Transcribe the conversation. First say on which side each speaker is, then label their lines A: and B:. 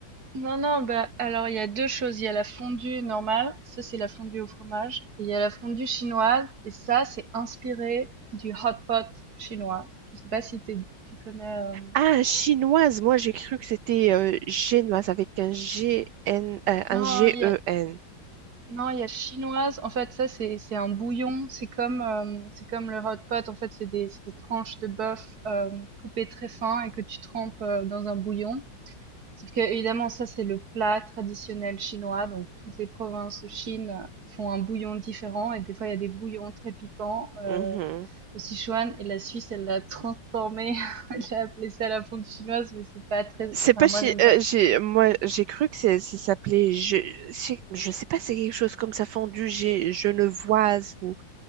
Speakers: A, on the right; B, on the right.
A: Non, non, bah, alors il y a deux choses. Il y a la fondue normale, ça c'est la fondue au fromage, et il y a la fondue chinoise, et ça c'est inspiré du hot pot chinois. Je sais pas si t'es- tu connais. euh,
B: Ah, chinoise, moi j'ai cru que c'était euh, génoise avec un G N euh, un
A: Non,
B: G
A: il y
B: E
A: a,
B: N.
A: non, il y a chinoise. En fait, ça c'est c'est un bouillon. C'est comme euh, c'est comme le hot pot. En fait, c'est des c'est des tranches de bœuf euh, coupées très fin et que tu trempes euh, dans un bouillon. Sauf que, évidemment, ça, c'est le plat traditionnel chinois. Donc, toutes les provinces de Chine font un bouillon différent. Et des fois, il y a des bouillons très piquants. Euh,
B: Mhm.
A: le Sichuan et la Suisse, elle l'a transformé. <laughs> Elle a appelé ça la fondue chinoise, mais c'est pas très,
B: C'est
A: enfin,
B: pas
A: moi,
B: chi-
A: j'aime
B: euh,
A: pas.
B: j'ai moi j'ai cru que c'est ça s'appelait je c'est- je sais pas c'est quelque chose comme ça fondu G genevoise ou